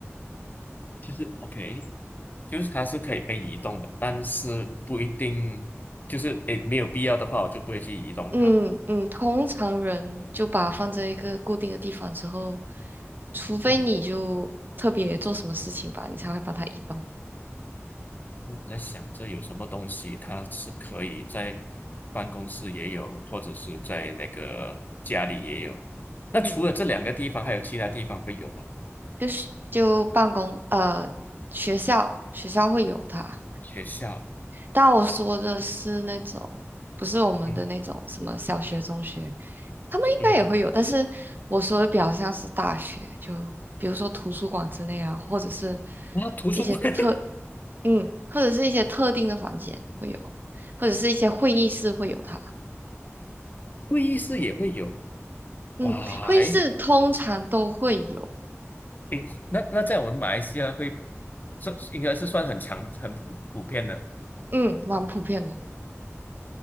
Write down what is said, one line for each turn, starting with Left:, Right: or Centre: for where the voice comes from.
Left: 就是 OK，就是它是可以被移动的，但是不一定，就是诶没有必要的话，我就不会去移动它。
Right: 嗯嗯，通常人就把它放在一个固定的地方之后，除非你就特别做什么事情吧，
Left: 嗯哼，
Right: 你才会把它移动。
Left: 我在想这有什么东西，它是可以在办公室也有，或者是在那个家里也有。那除了这两个地方，
Right: 嗯。
Left: 还有其他地方会有吗？
Right: 就是就办公呃学校学校会有它，
Left: 学校，
Right: 但我说的是那种不是我们的那种什么小学、
Left: 嗯
Right: 中学，他们应该也会有，
Left: 嗯哼，
Right: 但是我说的比较像是大学，就比如说图书馆之类啊，或者是
Left: 然图书馆、
Right: 一些特
Left: <laughs>
Right: 嗯，或者是一些特定的房间会有，或者是一些会议室会有它，
Left: 会议室也会有。
Right: 嗯，
Left: 哇，
Right: 会议室通常都会有，
Left: 诶诶，那那在我们马来西亚会算应该是算很强很普普遍的。
Right: 嗯，蛮普遍的。